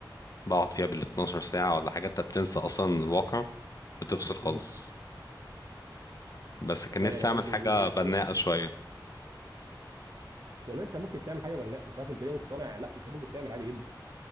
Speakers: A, on the left; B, on the right.
A: بقعد فيها بال 12 ساعة ولا حاجة أنت بتنسى أصلا الواقع بتفصل خالص
B: امم
A: بس
B: والله
A: كان نفسي
B: برضه
A: أعمل حاجة
B: الفيديو جيمز
A: بناءة
B: حلوه
A: شوية
B: والله انت ممكن تعمل حاجه بناءه مش عارف انت ليه مقتنع لا انت ممكن تعمل عادي جدا